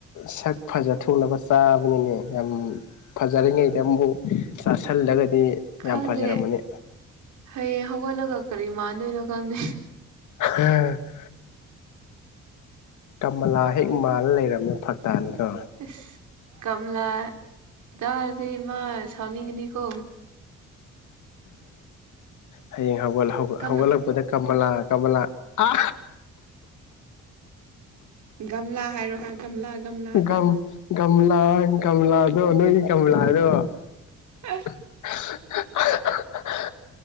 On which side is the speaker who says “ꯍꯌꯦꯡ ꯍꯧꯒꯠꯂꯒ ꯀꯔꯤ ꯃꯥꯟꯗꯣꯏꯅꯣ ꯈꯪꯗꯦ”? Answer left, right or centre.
Right